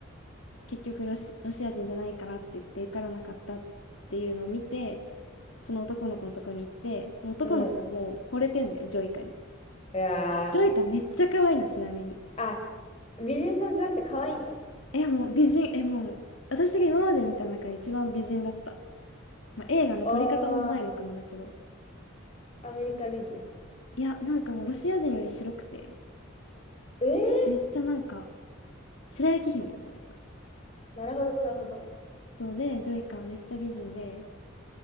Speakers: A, on the left; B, on the left.
A: 結局ロシ、ロシア人じゃないからって言って受からなかったっていうのを見て、その男の子のとこに行って、男の子はもう惚れてんのよ、
B: うん、
A: ジョイカに。
B: うわ
A: ジョイカめっちゃ可愛いの、ちなみに。
B: ー、あ美人さんじゃなくて可愛いんだ。
A: いや、もう美人、え、もう、もう私が今まで見た中で一番美人だった。まあ、映画の撮り方もうまいのかもだけど。
B: ああ、アメリカ美人。
A: いや、なんかもうロシア人より白くて、
B: ええ
A: めっちゃなんか、白雪姫みたいな。
B: ーなるほど、なるほど。
A: そうで、ジョイカめっちゃ美人で、